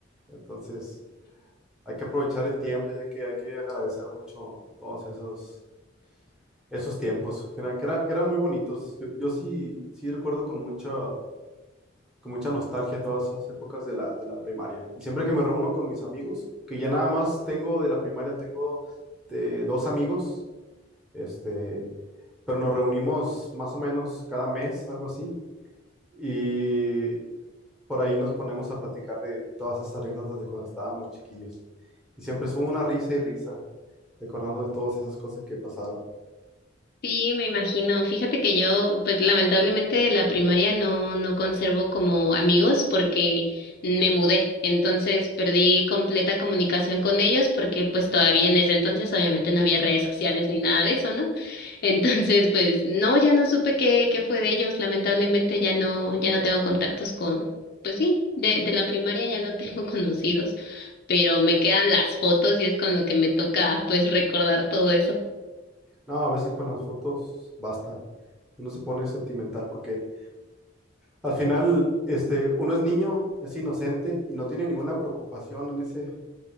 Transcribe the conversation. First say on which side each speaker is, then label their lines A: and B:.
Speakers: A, in the centre; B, on the left.
A: Entonces, hay que aprovechar el tiempo, ya que hay que agradecer mucho todos esos, esos tiempos, que eran, que eran, que eran muy bonitos. Yo, yo sí, sí recuerdo con mucha, con mucha nostalgia todas esas épocas de la, de la primaria. Y siempre que me reúno con mis amigos, que ya nada más tengo de la primaria, tengo eh, dos amigos, este pero nos reunimos más o menos cada mes, algo así, Y por ahí nos ponemos a platicar de todas esas anécdotas de cuando estábamos chiquillos. Y siempre es una risa y risa, recordando de todas esas cosas que pasaron.
B: Sí, me imagino. Fíjate que yo, pues lamentablemente de la primaria no, no conservo como amigos porque me mudé. Entonces perdí completa comunicación con ellos porque pues todavía en ese entonces obviamente no había redes sociales ni nada de eso, ¿no? <laughs> Entonces, pues no, ya no supe qué, qué fue de ellos. Lamentablemente ya no, ya no tengo contactos con, pues sí, de, de la primaria ya no tengo <laughs> conocidos, pero me quedan las fotos y es con lo que me toca pues recordar todo eso.
A: No, a veces con las fotos basta. Uno se pone sentimental porque al final, este, uno es niño, es inocente y no tiene ninguna preocupación en ese,